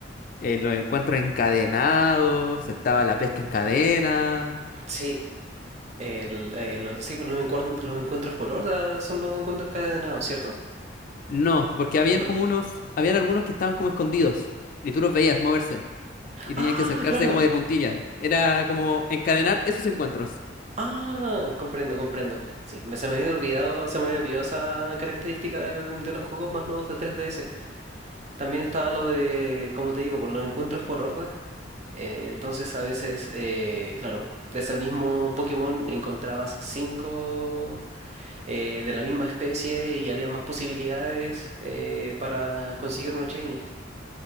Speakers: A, on the left (about 45°); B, on the right (about 35°).
A: eh, los encuentros encadenados, estaba la pesca en cadena.
B: sí, el- eh, los, sí, pues los, encuern- los encuentros por horda son los encuentros cadenados, ¿cierto?
A: No, porque habían
B: ¿O no?
A: como unos, habían algunos que estaban como escondidos y tú los veías moverse y tenías
B: Ah,
A: que acercarse
B: claro.
A: como de puntilla. Era como encadenar esos encuentros.
B: Ah, comprendo, comprendo. Sí, me, se me había olvidado, se me había olvidado esa característica del- de los juegos más nuevos de 3DS. También estaba lo de, como te digo, por los encuentros por horda. Eh, entonces a veces, eh, claro, de ese mismo Pokémon encontrabas cinco eh, de la misma especie y había más posibilidades eh, para conseguir unos shiny.